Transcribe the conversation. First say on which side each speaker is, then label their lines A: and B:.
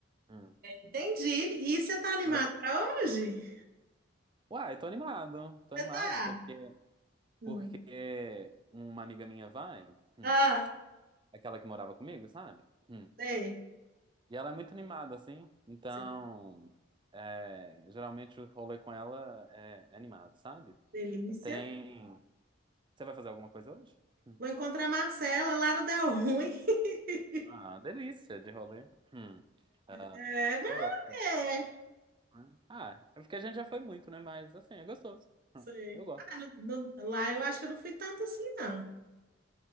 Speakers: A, on the right; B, on the right.
A: hum.
B: Entendi. E você tá animado
A: Mas,
B: para hoje?
A: uai, tô animado, tô animado,
B: Você tá?
A: porque,
B: Hum.
A: porque uma amiga minha vai, hum,
B: Ah,
A: aquela que morava comigo, sabe? Hum,
B: sei.
A: e ela é muito animada, assim, então,
B: Sei.
A: é, geralmente o rolê com ela é animado, sabe?
B: Delícia.
A: Tem... Você vai fazer alguma coisa hoje? Hum.
B: Vou encontrar a Marcela lá no Del Ruim. <laughs>
A: Ah, delícia de rolê. Hum. Ah,
B: É, mas
A: eu gosto. também,
B: é.
A: né? Ah, é porque a gente já foi muito, né? Mas, assim, é gostoso.
B: Sei.
A: Hum, Eu gosto.
B: Ah, no- no- lá eu acho que eu não fui tanto assim, não.